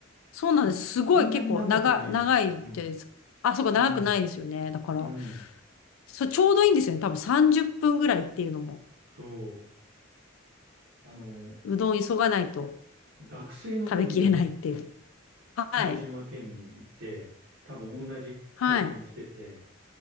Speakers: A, on the left; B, on the right.
A: そうなんです。
B: そ、
A: すごい結構長、
B: そんなに長くない。
A: 長いです。
B: うん、
A: あ、そうか、長くないですよね。
B: うん、
A: だから、
B: うん。
A: そう、ちょうどいいんですよね。多分30分ぐらいっていうのも。
B: そう。あの、
A: うどん急がないと
B: 学生の時に
A: 食べきれないっていう。はい。
B: 鹿児島県に行って、多分同じ体験をしてて、
A: はい。